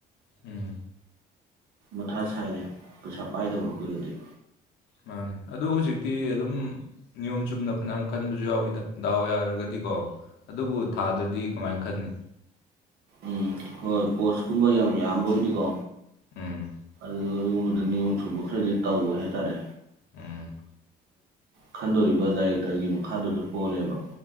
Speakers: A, on the left; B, on the right.
A: ꯎꯝ
B: ꯃꯊꯥ ꯁꯥꯏꯅꯦ ꯄꯩꯁꯥ ꯄꯥꯏꯗꯕ ꯑꯈꯣꯏꯗꯗꯤ
A: ꯃꯥꯅꯦ ꯑꯗꯨ ꯍꯧꯖꯤꯛꯇꯤ ꯑꯗꯨꯝ ꯅꯤꯌꯣꯝ ꯆꯨꯝꯅ ꯐꯅꯌꯥꯝ ꯈꯟꯕꯖꯨ ꯌꯥꯎꯋꯤꯗ ꯗꯥꯎ ꯌꯥꯔꯒꯗꯤꯀꯣ ꯑꯗꯨꯕꯨ ꯊꯥꯗ꯭ꯔꯗꯤ ꯀꯃꯥꯏ ꯈꯟꯅꯤ
B: ꯎꯝ ꯍꯣꯏ ꯄꯣꯁꯀꯨꯝꯕ ꯌꯥꯝ ꯌꯥꯝꯕ ꯑꯣꯏꯗꯤꯀꯣ
A: ꯎꯝ
B: ꯑꯗꯨꯒ ꯑꯗꯨꯒꯨꯝꯕꯗ ꯅꯤꯌꯣꯝ ꯆꯨꯝꯕ ꯈꯔꯗꯤ ꯇꯧꯋꯦ ꯍꯥꯏꯇꯥꯔꯦ
A: ꯎꯝ
B: ꯈꯟꯗꯣꯔꯤꯕ ꯗꯥꯏꯔꯦꯛꯇꯔꯒꯤ ꯃꯈꯥꯗꯁꯨ ꯄꯣꯜꯂꯦꯕ